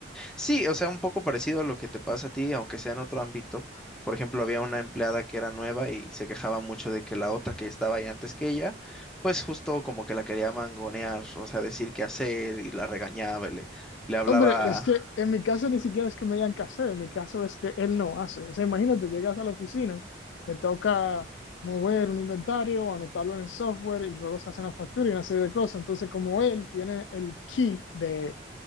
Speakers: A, in the centre; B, on the left.
A: sí, o sea, un poco parecido a lo que te pasa a ti, aunque sea en otro ámbito. Por ejemplo, había una empleada que era nueva y se quejaba mucho de que la otra que estaba ahí antes que ella, pues justo como que la quería mangonear, o sea, decir qué hacer y la regañaba y le, le hablaba...
B: Hombre, es que en mi caso ni siquiera es que me digan qué hacer, en mi caso es que él no hace. O sea, imagínate, llegas a la oficina, te toca mover un inventario, anotarlo en el software y luego se hacen las facturas y una serie de cosas. Entonces, como él tiene el key de,